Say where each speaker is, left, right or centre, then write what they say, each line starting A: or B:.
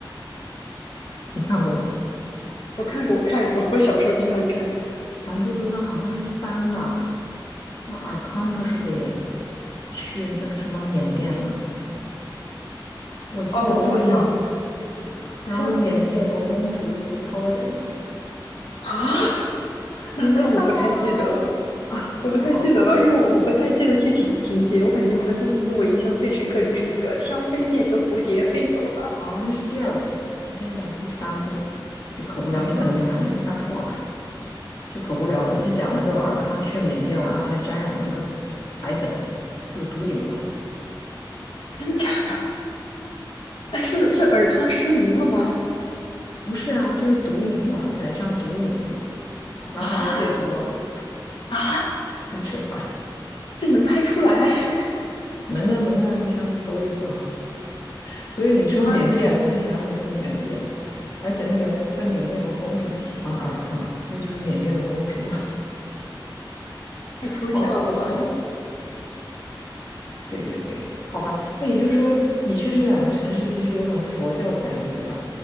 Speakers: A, on the left (about 50°); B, on the left (about 85°).
A: <laughs> 你看过吗？
B: 我看过，我看过，我小时候经常看。
A: 《还珠格格》好像是三吧？那尔康不是给去那个什么缅甸了？我记得对吗？
B: 哦，好像好
A: 然后缅甸有个公主是刘涛演的，
B: 像啊，<laughs> 那那我不太记得了。
A: 你没看过吗？<laughs> 啊，好吧，
B: 我不太记得了，
A: 好吧，好吧。
B: 因为我我不太记得具体情节。我感觉《还珠格格》，我印象最深刻就是那个香妃变成蝴蝶飞走了。
A: 啊，那是第二部，我现在讲第三部，就可无聊。
B: 啊，
A: 你可能没看，那第三部不好看，就可无聊了。就讲那个尔康去缅甸完了，还沾染了那个白粉，有毒瘾了。
B: 真的假的？哎，是是尔康失明了吗？
A: 不是啊，就是毒瘾啊，染上毒瘾了，然后还有戒毒啊，
B: 啊啊，
A: 很扯吧。
B: 这能拍出来？<laughs>
A: 能啊能啊，你下次搜一搜。<laughs> 所以你说缅甸，
B: 妈呀，
A: 我就想起那个缅甸，而且那个在缅甸有个公主喜欢尔康，那就是缅甸的公主，<laughs>
B: 太抽象了吧？
A: 好搞笑。对对对，好吧，那也就是说，你去这两个城市，其实有种佛教的感觉，对吧？